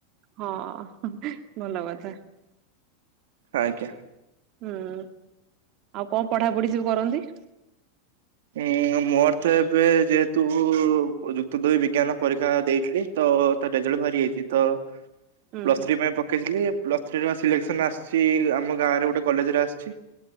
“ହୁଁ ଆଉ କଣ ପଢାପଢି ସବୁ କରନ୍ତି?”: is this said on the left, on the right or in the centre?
Right